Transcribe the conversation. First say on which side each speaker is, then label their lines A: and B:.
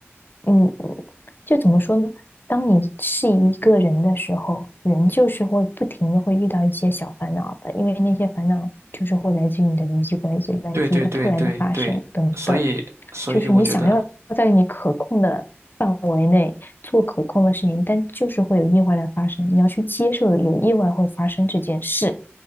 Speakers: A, on the left; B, on the right.
A: 你就怎么说呢？当你是一个人的时候，人就是会不停的会遇到一些小烦恼的，因为那些烦恼就是会来自于你的人际关系，来自于它突然的发生等等。
B: 对对对对对，所以所以我觉得，
A: 就是你想要在你可控的范围内做可控的事情，但就是会有意外的发生，你要去接受有意外会发生这件事。